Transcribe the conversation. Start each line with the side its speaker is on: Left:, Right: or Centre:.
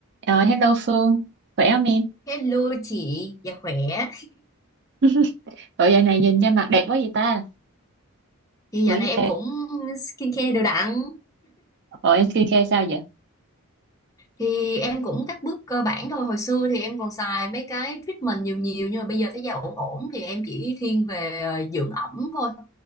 Right: Ờ, hello Phương, khỏe không em?
Left: Hello chị, dạ khỏe.
Right: <laughs> Bộ giờ này nhìn ra mặt đẹp quá vậy ta?
Left: Thì dạo
Right: Bữa
Left: này em
Right: giờ,
Left: cũng skincare đều đặn.
Right: bộ em skincare sao vậy?
Left: Thì em cũng các bước cơ bản thôi. Hồi xưa thì em còn xài mấy cái treatment nhiều nhiều nhưng mà bây giờ thấy da ổn ổn thì em chỉ thiên về ờ, dưỡng ẩm thôi.